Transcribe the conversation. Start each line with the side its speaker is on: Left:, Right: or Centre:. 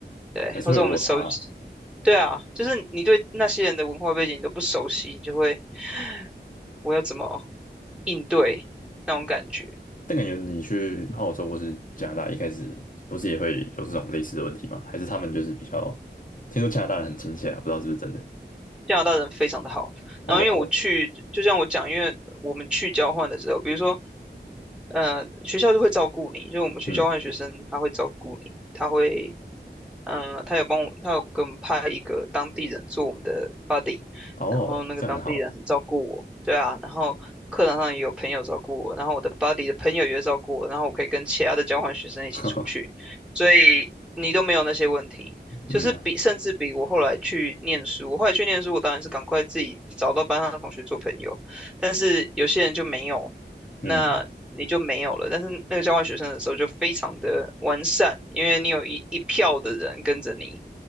Centre: 对，
Left: 还是会有落差，
Centre: 或者我们熟悉，对啊，就是你对那些人的文化背景都不熟悉，你就会 <sighs> 我要怎么应对那种感觉？
Left: 但感觉你去澳洲或是加拿大，一开始不是也会有这种类似的问题吗？还是他们就是比较，听说加拿大人很亲切啊，不知道是不是真的？
Centre: 加拿大人非常的好。
Left: 哦，
Centre: 然后因为我去，就像我讲，因为我们去交换的时候，比如说，呃，学校就会照顾你，就我们去交换学生，
Left: 嗯，
Centre: 他会照顾你，他会，呃，他有帮我，他有给我们派一个当地人做我们的 buddy，
Left: 哦，
Centre: 然后那个当地人很照顾我，
Left: 这样很好哎，
Centre: 对啊，然后课堂上也有朋友照顾我，然后我的 buddy 的朋友也会照顾我，然后我可以跟其他的交换学生一起出去，
Left: <laughs> 哈哈，
Centre: 所以你都没有那些问题。就是比甚至比我后来去念书，
Left: 嗯啊
Centre: 我后来去念书，我当然是赶快自己找到班上的同学做朋友，但是有些人就没有，那你就没有了。
Left: 嗯，
Centre: 但是那个交换学生的时候就非常的完善，因为你有一一票的人跟着你，